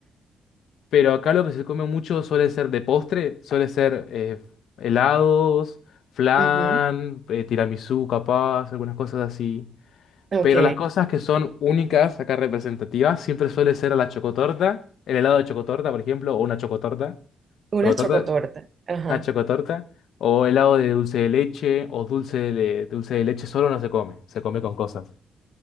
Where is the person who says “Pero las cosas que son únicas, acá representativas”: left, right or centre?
Left